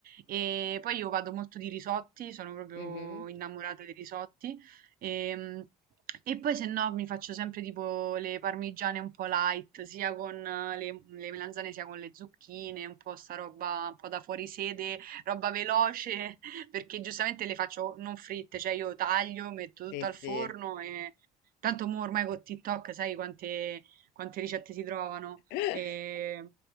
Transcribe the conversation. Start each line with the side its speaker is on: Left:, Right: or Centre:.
Right: E poi io vado molto di risotti, sono proprio
Left: Mhm.
Right: innamorata dei risotti. Ehm, e poi se no mi faccio sempre tipo le parmigiane un po' light, sia con eh, le, le melanzane sia con le zucchine, un po' sta roba un po' da fuori sede, roba veloce, <laughs> perché giustamente le faccio non fritte, cioè io taglio, metto
Left: Sì,
Right: tutto
Left: sì.
Right: al forno e tanto mo ormai con TikTok sai quante, quante ricette si trovano.
Left: <laughs>
Right: E